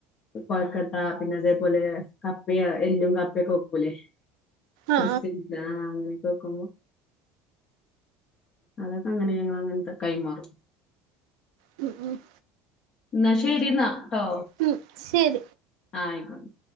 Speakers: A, on the left; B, on the right.
A: കൊഴക്കട്ട പിന്നെ അതേപോലെ കപ്പയ എല്ലും കപ്പയക്കക്കൂലേ കക്രിസ്റ്റൻസാ
B: ആ
A: അങ്ങനെ കേക്കുമ്പോ അതൊക്കെ അങ്ങനെ ഞങ്ങ അങ്ങനത്തെ കൈമാറും
B: മം ഉം
A: എന്നാ ശരി എന്നാ ട്ടോ
B: ഉം ശരി
A: ആ ആയിക്കോണ്ട